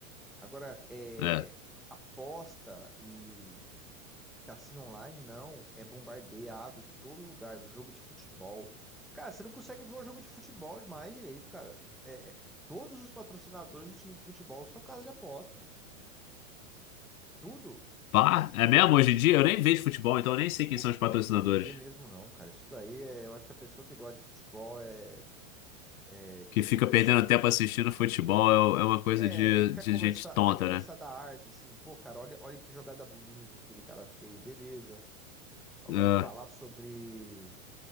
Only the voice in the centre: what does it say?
Agora, é
aposta e e cassino online, não. É bombardeado em todo lugar. Jogo de futebol. Cara, você não consegue ver um jogo de futebol mais direito, cara. É, é, todos os patrocinadores do time de futebol são casas de aposta. Tudo.
Nem
tem
que
nem tem que ver mesmo, não, cara. Isso daí é, eu acho que a pessoa que gosta de futebol é, é- quer
conversar,
é,
quer
conversar,
quer conversar
da arte, assim, pô, cara, olha, olha que jogada bonita que aquele cara fez, beleza. Agora
falar sobre